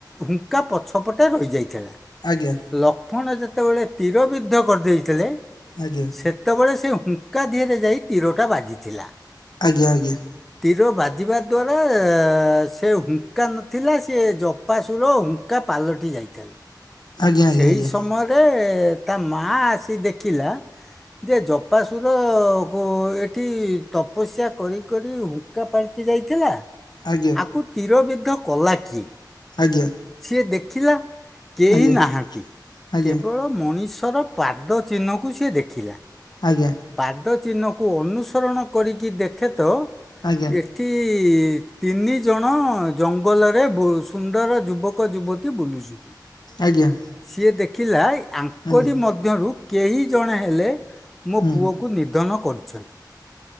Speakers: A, in the centre; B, on the left (about 70°).
A: ହୁଙ୍କା ପଛପଟେ ରହିଯାଇଥିଲା।
B: ଆଜ୍ଞା।
A: ଲକ୍ଷ୍ମଣ ଯେତେବେଳେ ତୀର ବିଦ୍ଧ କରିଦେଇଥିଲେ
B: ଆଜ୍ଞା।
A: ସେତେବେଳେ ସେ ହୁଙ୍କା ଦିହରେ ଯାଇ ତୀରଟା ବାଜିଥିଲା।
B: ଆଜ୍ଞା ଆଜ୍ଞା।
A: ତୀର ବାଜିବା ଦ୍ୱାରା ଆ ସେ ହୁଙ୍କା ନଥିଲା ସିଏ ଜପାସୁର ହୁଙ୍କା ପାଲଟି ଯାଇଥିଲା।
B: ଆଜ୍ଞା ଆଜ୍ଞା
A: ସେଇ
B: ଆଜ୍ଞା
A: ସମୟରେ ତା ମା ଆସି ଦେଖିଲା ଯେ ଜ ପାସୁର ଗୋ ଏଠି ତପସ୍ୟା କରି କରି ହୁଙ୍କା ପାଲ୍ ଯାଇଥିଲା
B: ଆଜ୍ଞା ଆଜ୍ଞା
A: ଆକୁ ତୀର ବିଧ କଲା କିଏ?
B: ଆଜ୍ଞା।
A: ସିଏ ଦେଖିଲା କେହି
B: ଆଜ୍ଞା ଆଜ୍ଞା
A: ନାହାନ୍ତି
B: ଆଜ୍ଞା
A: କେବଳ ମଣିଷର ପାଦ ଚିହ୍ନକୁ ସିଏ ଦେଖିଲା।
B: ଆଜ୍ଞା।
A: ପାଦ ଚିହ୍ନକୁ ଅନୁସରଣ କରିକି ଦେଖେ ତ ଏ
B: ଆଜ୍ଞା
A: ଏଠି ତିନି ଜଣ ଜଙ୍ଗଲରେ ସୁନ୍ଦର ଯୁବକ ଯୁବତୀ ବୁଲୁ ଚନ୍ତି।
B: ଆଜ୍ଞା।
A: ସିଏ ଦେଖିଲା ୟାଙ୍କରି
B: ଆଜ୍ଞା
A: ମଧ୍ୟରୁ କେହି ଜଣେ ହେଲେ ମୋ
B: ହୁଁ
A: ପୁଅକୁ ନିଧନ କରୁଛନ୍ତି